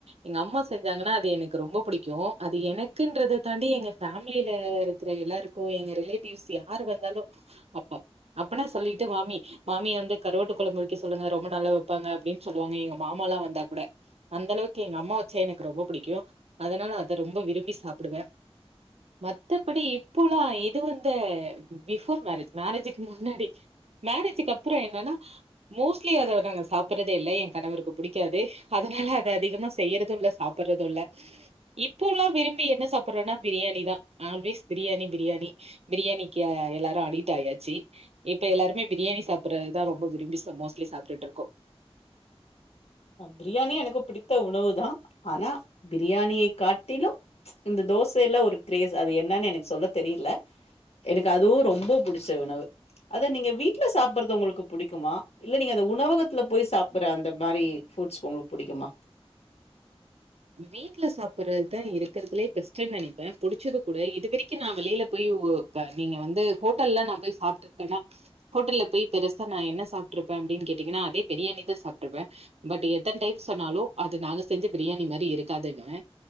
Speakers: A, on the right; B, on the left.
A: எங்க அம்மா செஞ்சாங்கன்னா அது எனக்கு ரொம்ப பிடிக்கும் அது எனக்குங்கறது தாண்டி எங்க ஃபேமிலில இருக்கிற எல்லாருக்கும் எங்க ரிலேட்டிவ்ஸ் யார் வந்தாலும் அப்ப அப்பன்னா சொல்லிட்டு மாமி வந்து கருவாட்டு கொழம்பு வெக்க சொல்லுங்க ரொம்ப நல்லா வெப்பாங்க எங்க மாமா எல்லாம் வந்தா கூட அந்த அளவுக்கு எங்க அம்மா வெச்சா எனக்கு ரொம்ப பிடிக்கும் அதனால அத ரொம்ப விரும்பி சாப்பிடுவேன் மத்தபடி இப்பல்லாம் இது வந்து பிஃபோர் மேரேஜ் மேரேஜக்கு முன்னாடி மேரேஜக்கு அப்புறம் என்னன்னா மோஸ்ட்லி அத நாங்க சாப்படுறதே இல்ல என் கணவருக்கு பிடிக்காது அதனால அத அதிகமா செய்யறதும் இல்ல சாப்பிடுறதும் இல்ல இப்போ எல்லாம் விரும்பி என்ன சாப்பிடுறோனா பிரியாணிதான் ஆல்வேஸ் பிரியாணி பிரியாணி பிரியாணிக்கு எல்லாரும் அடிக்ட் ஆயாச்சு இப்ப எல்லாருமே பிரியாணி சாப்பிடுறதுதான் ரொம்ப விரும்பி மோஸ்ட்லி சாப்பிட்டுட்டு இருக்கோம்
B: பிரியாணி எனக்கு பிடித்த உணவு தான் ஆனா பிரியாணியை காட்டிலும் இந்த தோச எல்லாம் ஒரு கிரேஸ் அது என்னன்னு எனக்கு சொல்ல தெரியல எனக்கு அதுவும் ரொம்ப புடிச்ச உணவு அத நீங்க வீட்டுல சாப்பறது உங்களுக்கு பிடிக்குமா இல்ல நீங்க உணவகத்துல போய் சாப்பிடுற அந்த மாதிரி ஃப்ரூட்ஸ் உங்களுக்கு புடிக்குமா
A: வீட்டுல சாப்படுறதுதான் இருக்கிறதுலே பெஸ்டு நினைப்பேன் பிடிச்சது கூட இது வரைக்கும் நான் வெளியில போய் நீங்க வந்து ஹோட்டல்ல நான் போய் சாப்பிட்டு இருக்கேன்னா ஹோட்டல்ல போய் பெருசா நான் என்ன சாப்பிட்டு இருப்பேன் அப்படின்னு கேட்டீங்கன்னா அதே பிரியாணி தான் சாப்பிட்டுருப்பேன் பட் எத்தனை டைப் சொன்னாலும் அது நாங்க செஞ்ச பிரியாணி மாதிரி இருக்காதுன்னுவ